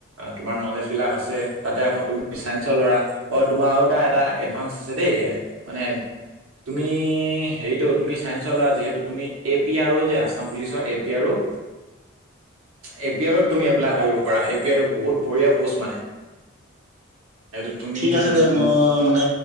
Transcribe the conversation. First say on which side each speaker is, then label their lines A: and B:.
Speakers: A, on the right; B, on the right.
A: তোমাৰ নলেজ বিলাক আছে তাতে আকৌ তুমি চাইঞ্চৰ ল'ৰা অ তোমাৰ আৰু এটা এটা এডভাঞ্চ আছে দেই মানে তুমি হেৰিটোত তুমি চাইঞ্চৰ ল'ৰা যিহেটো তুমি এ পি আৰ অ' যে আছাম পুলিচৰ এ এপিআৰো এ পি আৰ তুমি এপ্লাই কৰিব পাৰা এপ এ পিৰ টো বহুত বঢ়িয়া পোষ্ট মানে এইটো তুমি
B: ঠিক
A: দুই-
B: আছে দে
A: পোন্ধৰ
B: মই মানে